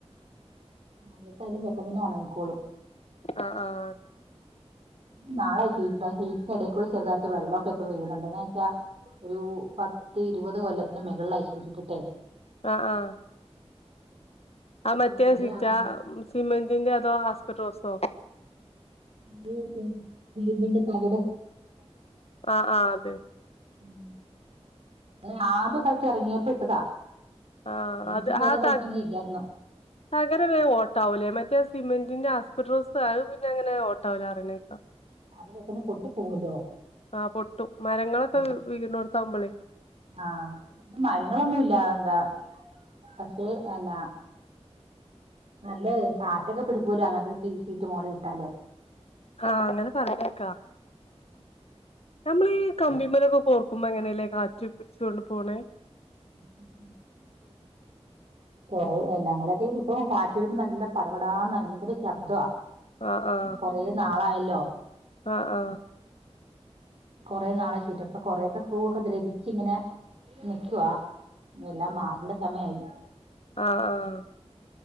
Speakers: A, on the right; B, on the left.
A: മഴേത്തായാലും പെട്ടെന്നെന്നെ ഒണങ്ങിക്കോളും
B: ആആ
A: നാളെ ഷീറ്റിട്ടാ ഷീറ്റിന് ഇടേക്കൂടെ ചെുതായിട്ട് വെള്ളൊക്കെ ഇപ്പം വീഴുന്നുണ്ട് എങ്ങാ വെച്ചാ ഒരു പത്ത് ഇരുപത് കൊല്ലത്തിന്റെ മെകളിലായി ഷീറ്റിട്ട്ട്ട്
B: അ ആ ആ
A: ഈ
B: മറ്റേ
A: കൊറേ
B: ശീറ്റ
A: ആവുമ്പോ
B: സിമെന്റിന്റെ അതോ ആസ്പറ്റോസോ
A: <unintelligible> ഇരുമ്പിന്റെ തകിട്
B: ആഹ് ആഹ് അതെ
A: <unintelligible> ആദ്യ കാലത്ത് എറങ്ങിയപ്പോ ഇട്ടതാ
B: ആ
A: അന്നൊന്നും
B: അത്
A: വേറെ
B: ആ
A: സ്ഥലത്ത്
B: ത
A: ഇങ്ങനെ ഇല്ലായിരുന്നു
B: തകരം വേ ഓട്ടാവൂലേ മറ്റേ സിമെന്റിന്റെ ആസ്പറ്റോസ അത് പിന്നെ അങ്ങനെ ഓട്ടോവൂല പറയ്നേക്ക
A: അത് പെട്ടന്ന് പൊട്ടിപോവല്ലോ
B: ആഹ് പൊട്ടും മരങ്ങളൊക്കെ
A: അതേ
B: വീണോടുത്താവുമ്പളേ
A: ആ മരങ്ങളൊന്നും ഇല്ല <unintelligible> പക്ഷേ എന്ന നല്ല കാറ്റൊക്കെ പിടിക്കൂലേ അങ്ങനത്തെ സീറ്റ് മോളില്ട്ടാല്
B: ആ അങ്ങത് പറയ്ണ കേക്കാ നമ്മളീ കമ്പിമ്മലൊക്കെ കോർക്കുമ്പോ എങ്ങനെല്ലേ കാറ്റ് പിടിച്ചോണ്ട് പോണേ
A: <unintelligible> കൊറേ ഞങ്ങളൊക്കെ ഇപ്പൊ കാറ്റ് വരുമ്പോ നല്ല പടപടാന്ന് ഭയങ്കര ശബ്ദ
B: ആഹ് ആഹ്
A: കൊറേ നാളായല്ലോ
B: ആഹ് ആഹ്
A: കൊറെ നാളെ <unintelligible> കൊറെക്കെ സ്‌ക്രൂ ക്കെ ദ്രവിച്ച്ങ്ങനെ നിക്കുവാ എല്ലാം മാറേണ്ട സമായി
B: ആ ആ